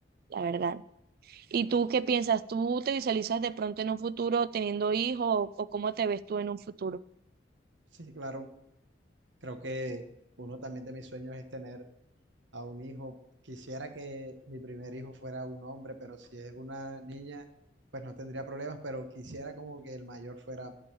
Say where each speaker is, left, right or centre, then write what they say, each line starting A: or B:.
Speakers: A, on the right; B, on the right.
A: la verdad. ¿Y tú qué piensas? ¿Tú te visualizas de pronto en un futuro teniendo hijos o, o cómo te ves tú en un futuro?
B: Sí, claro. Creo que uno también de mis sueños es tener a un hijo. Quisiera que mi primer hijo fuera un hombre, pero si es una niña, pues no tendría problemas, pero quisiera como que el mayor fuera